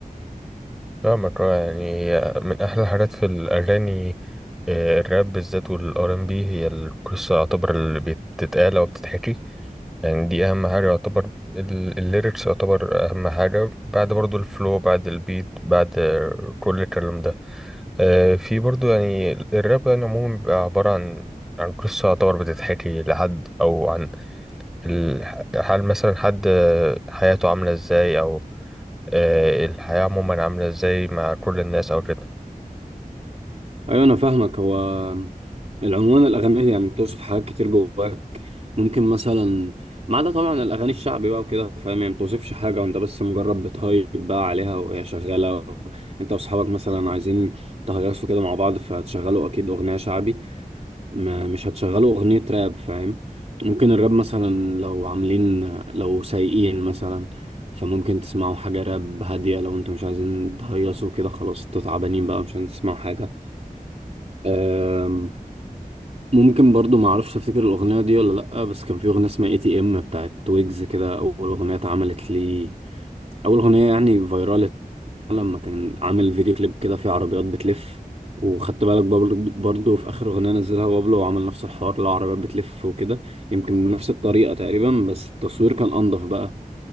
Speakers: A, in the centre; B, on the right.
A: فاهمك آه، يعني من احلى الحاجات في الاغاني آه، الراب بالذات والار ام بي هي القصه يعتبر اللي بتتقال او بتتحكي يعني دي اهم حاجه يعتبر الليركس يعتبر اهم حاجه بعد برضو الفلو بعد البيت بعد كل الكلام ده آه، في برضو يعني الراب يعني عموما بيبقى عباره عن عن قصه يعتبر بتتحكي لحد او عن ال- حال مثلا حد آه، حياته عامله ازاي او آه، الحياه عموما عامله ازاي مع كل الناس او كده
B: ايوه انا فاهمك هو العنوان الاغاني يعني بتوصف حاجات كتير جواك ممكن مثلا ما عدا طبعا الاغاني الشعبي بقى وكده فاهم يعني ما بتوصفش حاجه وانت بس مجرد بتهيب بقى عليها وهي شغاله انت واصحابك مثلا عايزين تهيصوا كده مع بعض فهتشغلوا اكيد اغنيه شعبي ما مش هتشغلوا اغنيه راب فاهم ممكن الراب مثلا لو عاملين لو سايقين مثلا فممكن تسمعوا حاجه راب هاديه لو انتوا مش عايزين تهيصوا كده خلاص انتوا تعبانين بقى مش عايزين تسمعوا حاجه أم، ممكن برضو ما اعرفش افتكر الاغنيه دي ولا لا بس كان في اغنيه اسمها اي تي ام بتاعت ويجز كده اول اغنيه اتعملت لي اول اغنيه يعني فايرال لما كان عامل فيديو كليب كده فيه عربيات بتلف وخدت بالك برضو برضو في اخر اغنيه نزلها بابلو وعمل نفس الحوار لو عربيات بتلف وكده يمكن بنفس الطريقه تقريبا بس التصوير كان انضف بقى